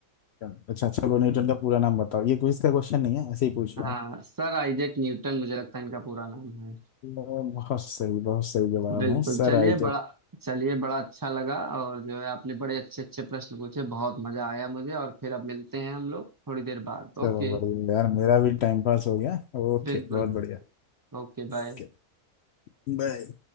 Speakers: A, on the left; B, on the right.
A: अच्छा चलो न्यूटन का पूरा नाम बताओ ये क्विज का क्वेश्चन नहीं है ऐसे ही पूछ रहा
B: हाँ
A: हूँ
B: सर आइजैक न्यूटन मुझे लगता है इनका पूरा नाम है
A: बहुत सही बहुत सही जवाब
B: बिल्कुल
A: है सर
B: चलिए
A: आइजैक
B: बड़ा चलिए बड़ा अच्छा लगा और जो है आपने बड़े अच्छे अच्छे प्रश्न पूछे बहुत मजा आया मुझे और फिर अब मिलते हैं हम लोग थोड़ी देर बाद
A: चलो
B: ओके
A: बढ़िया यार मेरा भी टाइम पास हो गया ओके
B: बिल्कुल
A: बहुत बढ़िया
B: बिल्कुल Okay bye
A: Okay bye